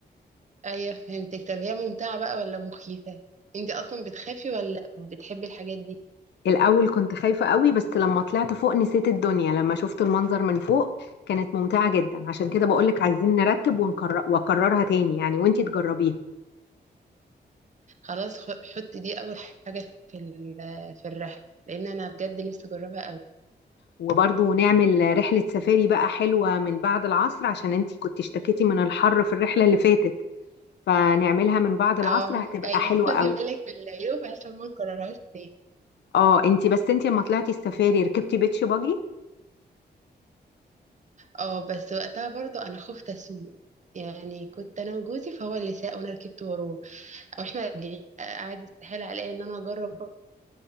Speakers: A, on the right; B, on the left.
A: ايوه فهمتك طب هي ممتعة بقى ولا مخيفة انت اصلا بتخافي ولا بتحبي الحاجات دي
B: الأول كنت خايفة قوي بس لما طلعت فوق نسيت الدنيا لما شفت المنظر من فوق كانت ممتعة جدا عشان كده بقولك عايزين نرتب ونكرر وأكررها تاني يعني وانتي تجربيها
A: خلاص خ- حطي دي اول حاجة في ال- في الرحلة لان انا بجد نفسي اجربها قوي.
B: وبرضه نعمل رحلة سفاري بقى حلوة من بعد العصر عشان انتي كنت اشتكيتي من الحر في الرحلة اللي فاتت فنعملها من بعد العصر
A: اه
B: هتبقى
A: ايوه
B: حلوة
A: خدي
B: قوي
A: بالك من العيوب عشان ما نكررهاش تاني
B: اه انتي بس انتي لما طلعتي السفاري ركبتي بيتش باجي
A: اه بس وقتها برضو انا خفت اسوق يعني كنت انا وجوزي فهو اللي ساق وانا ركبت وراه او احنا راجعين قاعد يستحيل عليا ان انا اجرب برضه.